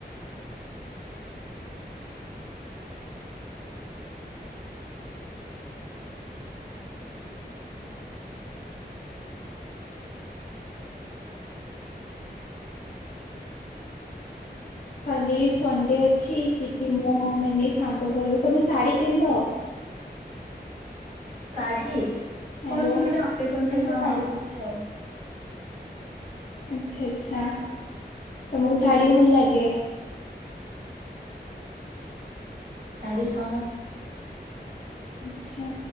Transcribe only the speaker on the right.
ହଁ <inaudible> ଶାଢୀ
କୌଣସି ଗୋଟେ ଅକେଜନ ହେଲେ
ଶାଢୀ ପିନ୍ଧେ ଆଉ
ଶାଢ଼ୀ ହଁ।